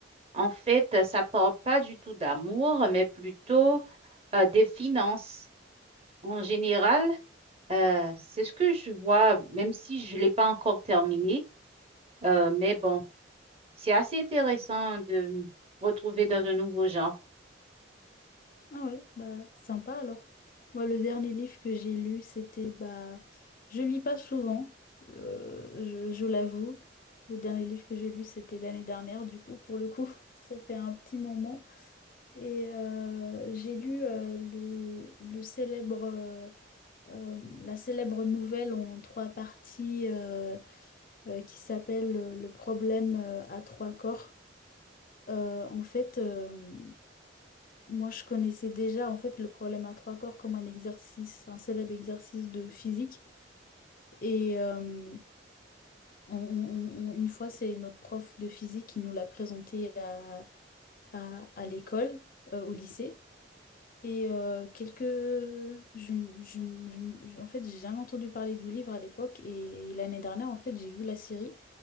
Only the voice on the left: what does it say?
Ah ouais, bah sympa alors. Moi, le dernier livre que j'ai lu, c'était bah je lis pas souvent, euh, je, je l'avoue. Le dernier livre que j'ai lu, c'était l'année dernière, du coup, pour le coup, <laughs> ça fait un petit moment. Et euh, j'ai lu euh, le, le célèbre euh, euh, la célèbre nouvelle en trois parties euh, euh, qui s'appelle euh, Le problème euh, à trois corps. Euh, en fait, euh, moi, je connaissais déjà en fait le problème à trois corps comme un exercice, un célèbre exercice de physique. Et euh, on- on- on- une fois, c'est notre prof de physique qui nous l'a présenté à, à, à l'école, euh, au lycée. Et euh, quelques... Je, je, je je- en fait, j'ai jamais entendu parler du livre à l'époque et, l'année dernière, en fait, j'ai vu la série